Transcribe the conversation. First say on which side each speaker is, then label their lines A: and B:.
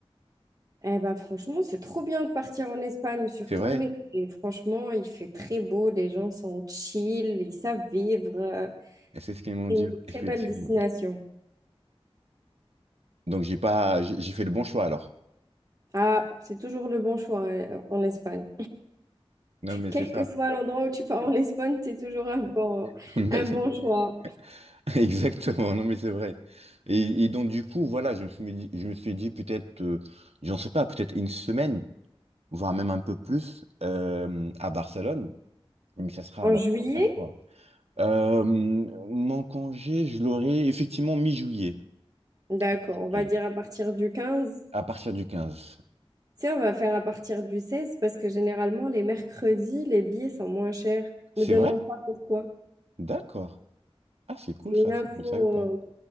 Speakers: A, on the right (about 35°); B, on the right (about 80°).
A: Eh ben, franchement, c'est trop bien de partir en Espagne, surtout
B: C'est vrai?
A: en été. Et Franchement, il fait très beau, les gens sont chill, ils savent vivre. euh,
B: Et C'est ce qu'ils m'ont
A: C'est
B: dit,
A: une
B: <laughs> effectivement.
A: très belle destination.
B: Donc, j'ai pas, j'ai j'ai fait le bon choix, alors.
A: Ah, c'est toujours le bon choix hein, en Espagne.
B: Non, mais
A: Quel
B: c'est ça.
A: que soit l'endroit où tu pars en Espagne, c'est toujours un bon,
B: <laughs>
A: un bon choix.
B: <laughs> Exactement, non mais c'est vrai. Et, et donc du coup, voilà, je me suis dit, je me suis dit peut-être, euh, j'en sais pas, peut-être une semaine, voire même un peu plus, euh, à Barcelone, mais ça sera
A: En
B: ma
A: juillet,
B: première fois. Euh, mon congé, je l'aurai effectivement mi-juillet,
A: d'accord,
B: Mi-juillet,
A: on va dire à partir du 15.
B: à partir du quinze
A: Tu sais, on va faire à partir du 16 parce que généralement, les mercredis, les billets sont moins chers.
B: C'est
A: Me demande
B: vrai?
A: pas pourquoi.
B: D'accord. Ah, c'est cool
A: C'est
B: ça,
A: une info
B: ça, je ne savais pas.
A: euh,